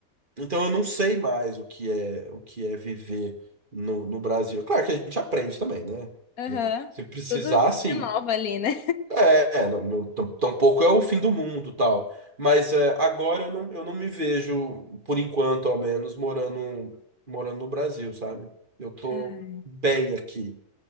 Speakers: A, on the right; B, on the left.
A: Então eu não sei mais o que é o que é viver no, no Brasil. É Claro que a gente aprende também, né?
B: Aham.
A: Né? Se precisar,
B: Tudo se
A: sim.
B: renova ali, né?
A: É, é, não, não, tam- tampouco é o fim do mundo, tal. Mas é, agora eu não, eu não me vejo, por enquanto, ao menos, morando, morando no Brasil, sabe? Eu tô
B: Ah.
A: bem aqui.